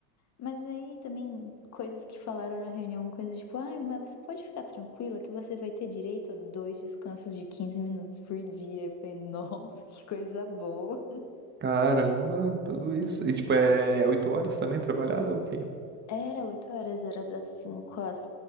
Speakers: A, on the left (about 40°); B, on the right (about 25°).
A: Mas aí também coisas que falaram na reunião, coisas tipo, ai, mas você pode ficar tranquila que você vai ter direito a dois descansos de 15 minutos por dia. Eu falei, nossa, <laughs> que coisa boa.
B: caramba, tudo isso.
A: É.
B: E, tipo, é oito horas também trabalhada ou o quê?
A: Era 8 horas, era das 5 às...